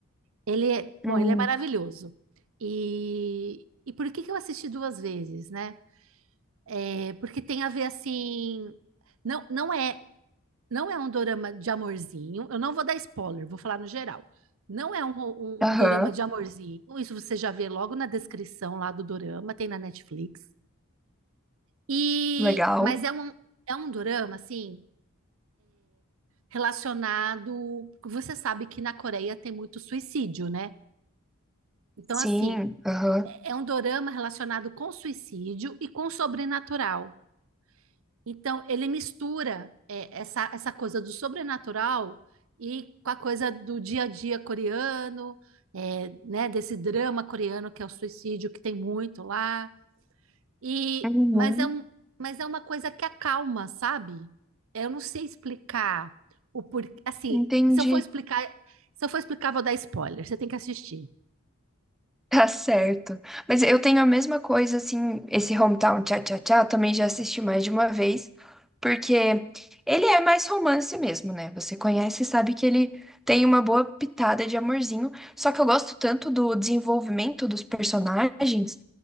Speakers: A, on the right (about 65°); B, in the centre.
A: Ele é, bom,
B: Uhum.
A: ele é maravilhoso. E, e por que que eu assisti duas vezes, né? É, porque tem a ver assim, não, não é, não é um dorama de amorzinho. Eu não vou dar spoiler, vou falar no geral. Não é um, ro-
B: Aham.
A: um, um dorama de amorzinho. Isso você já vê logo na descrição lá do dorama, tem na Netflix. E,
B: Legal.
A: mas é um, é um dorama assim relacionado. Você sabe que na Coreia tem muito suicídio, né? Então
B: Sim.
A: assim,
B: Aham.
A: é um dorama relacionado com suicídio e com sobrenatural. Então, ele mistura é, essa, essa coisa do sobrenatural e com a coisa do dia a dia coreano, é, né, desse drama coreano que é o suicídio, que tem muito lá. E,
B: Uhum.
A: mas é um, mas é uma coisa que acalma, sabe? Eu não sei explicar o porquê. Assim,
B: Entendi.
A: se eu for explicar, se eu for explicar, vou dar spoiler. Você tem que assistir.
B: Tá certo. Mas eu tenho a mesma coisa, assim, esse Hometown Cha-Cha-Cha, eu também já assisti mais de uma vez, porque ele é mais romance mesmo, né? Você conhece e sabe que ele tem uma boa pitada de amorzinho, só que eu gosto tanto do desenvolvimento dos personagens,